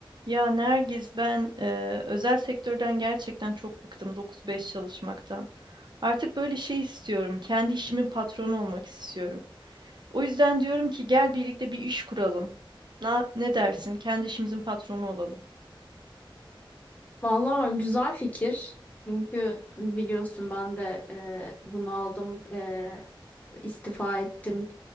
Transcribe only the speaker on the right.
Ya Nergiz ben e, özel sektörden gerçekten çok bıktım 9-5 çalışmaktan. Artık böyle şey istiyorum. Kendi işimin patronu olmak istiyorum. O yüzden diyorum ki gel birlikte bir iş kuralım. Na, ne dersin? Kendi işimizin patronu olalım.